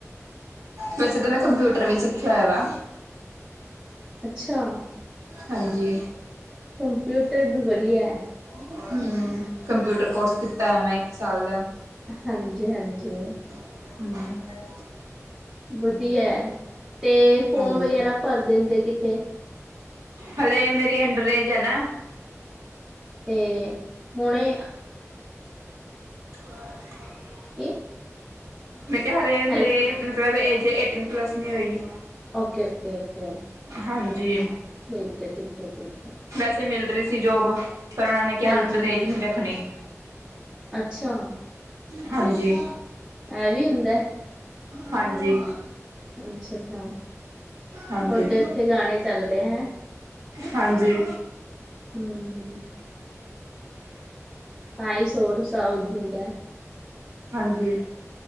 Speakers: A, on the right; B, on the right.
A: ਵੈਸੇ ਤਾਂ ਮੈਂ ਕੰਪਿਊਟਰ ਵੀ, ਸਿੱਖਿਆ ਹੋਇਆ ਵਾ
B: ਅੱਛਾ
A: ਹਾਂਜੀ
B: ਕੰਪਿਊਟਰ ਵੀ, ਵਧੀਆ
A: ਹੂੰ ਕੰਪਿਊਟਰ ਕੋਰਸ ਕੀਤਾ ਹੈ। ਮੈਂ, ਇੱਕ ਸਾਲ ਦਾ
B: ਹਾਂਜੀ-ਹਾਂਜੀ
A: <unintelligible>
B: ਵਧੀਆ ਹੈ। ਤੇ ਫੋਰਮ
A: ਹਾਂਜੀ।
B: ਵਗੈਰਾ ਭਰ ਦਿੰਦੇ ਕਿਤੇ
A: ਹਲੇ ਮੇਰੀ ਅੰਡਰਰੇਏਜ ਐ ਨਾ
B: ਤੇ ਹੁਣੇ
A: <unintelligible>
B: ਕੀ
A: ਮੈਂ ਕਿਹਾ ਹਲੇ
B: ਹੈਲ
A: ਮੇਰੇ ਮਤਲਬ ਏਜ ਏਟੀਨ ਪਲਸ ਨਹੀਂ ਹੋਈ।
B: Okay, okay, okay.
A: ਹਾਂਜੀ।
B: ਠੀਕ ਐ, ਠੀਕ ਐ ਜੀ।
A: ਇਥੇ ਮਿਲ ਰਹੀ ਸੀ ਜੋਬ, ਪਰ ਉਹ ਨੇ ਕਿਹਾ
B: ਹਾਂਜੀ
A: ਅੰਡਰਏਜ ਨਹੀਂ ਰੱਖਣੀ।
B: ਅੱਛਾ
A: ਹਾਂਜੀ।
B: ਇਹ ਵੀ ਹੁੰਦਾ
A: ਹਾਂਜੀ।
B: ਅੱਛਾ, ਅੱਛਾ ਤੁਹਾਡੇ
A: ਹਾਂਜੀ
B: ਉੱਥੇ ਗਾਣੇ ਚੱਲਦੇ ਐ ਹੈ।
A: ਹਾਂਜੀ।
B: ਹੂੰ। ਤਾਈ ਸ਼ੋਰ <unintelligible> ਹੁੰਦੇ ਏ।
A: ਹਾਂਜੀ।